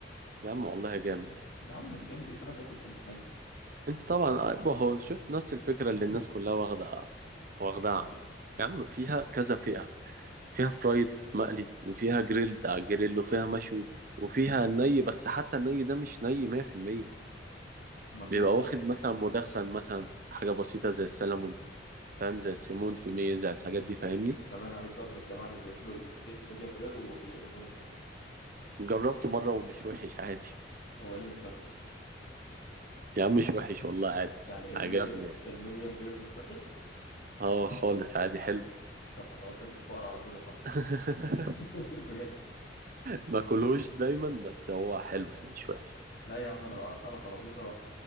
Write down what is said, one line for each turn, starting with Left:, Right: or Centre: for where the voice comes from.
Right: يا عم والله جامد
Left: يا عم مش جامد ايه في حد ياكل سمك ني
Right: انت طبعا أبو هو شوف نفس الفكره اللي الناس كلها واخده واخدها عنه يا عم فيها كذا فئه فيها فرايد مقلي وفيها جريلد على الجريل وفيها مشوي وفيها ني بس حتى الني ده مش ني 100%
Left: امال
Right: بيبقى
Left: ني ازاي
Right: واخد مثلا مدخن مثلا حاجه بسيطه زي السلمون فاهم زي السيمون في ميه زي الحاجات دي فاهمني
Left: انت باين عليك بقى من الجماعه اللي بياكلوا الستيك ميديم رير وبيقرفونا
Right: جربته مره ومش وحش عادي
Left: هو ايه اللي مش وحش بس
Right: يا عم مش وحش والله عادي
Left: يعني الميديا
Right: عجبني يعني.
Left: الميديم رير مش وحش
Right: اه خالص عادي حلو
Left: طب ما تعد من البقر على طول يا صاحبي
Right: <laughs>
Left: <laughs> بجد
Right: ما كلوش دايما بس هو حلو يعني مش وحش
Left: لا يا عم انا لو قعدت على ترابيزه